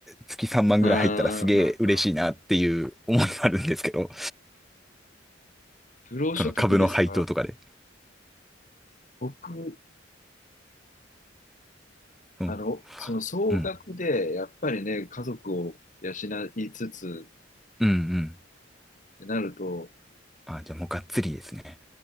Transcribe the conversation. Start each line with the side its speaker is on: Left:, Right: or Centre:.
Centre: 月3万ぐらい入ったらすげえ嬉しいなっていう思いがあるんですけど、
Left: あーあー、あーあ不労所得でさ、
Centre: その株の配当とかで。
Left: 僕、
Centre: うん、
Left: あの、その総額で、
Centre: うん、
Left: やっぱりね、家族を養いつつ、
Centre: うん、うん。
Left: ってなると、
Centre: あ、じゃあもうがっつりですね。